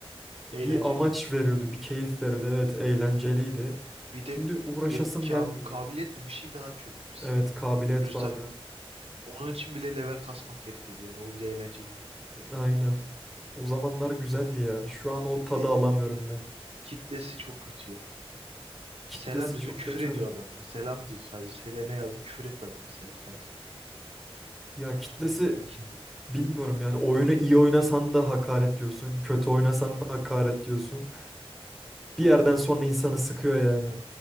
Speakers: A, in the centre; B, on the right.
A: bir
B: eğlenceliydi.
A: amaç veriyordu, bir keyif veriyordu. Evet eğlenceliydi.
B: Bir
A: Şimdi
B: de
A: uğraşasım
B: ya- kab-
A: gelmiyor.
B: kabiliyet mi bir şey daha açıyorduk biz.
A: Evet kabiliyet
B: Rüste.
A: vardı.
B: Onun için bile level kasmak gerekiyordu yani. O bile eğlenceliydi.
A: Aynen. O zamanlar güzeldi ya. Şu an o tadı
B: Bir de
A: alamıyorum ben.
B: kitlesi çok kötü ya.
A: Kitlesi
B: Selam yüzü
A: çok
B: küfür
A: kötü.
B: ediyor adam ya. Selam diyor sadece. Seleme yazdım küfür etti adam mesela bir tanesi.
A: Ya kitlesi
B: Yani,
A: Bilmiyorum yani oyunu iyi oynasan da hakaret diyorsun, kötü oynasan
B: <laughs>
A: da hakaret diyorsun. Bir yerden sonra insanı sıkıyor yani.
B: e,